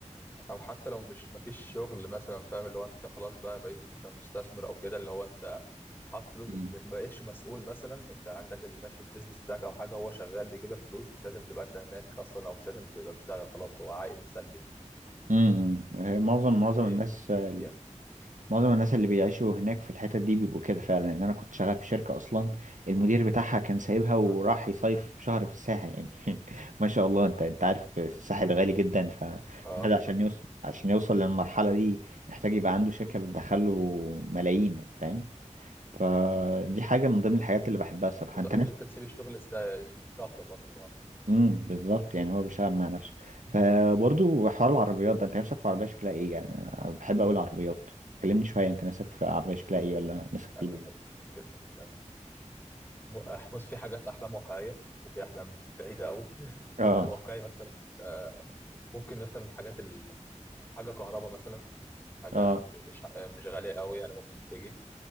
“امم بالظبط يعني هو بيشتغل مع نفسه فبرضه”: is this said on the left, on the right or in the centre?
Right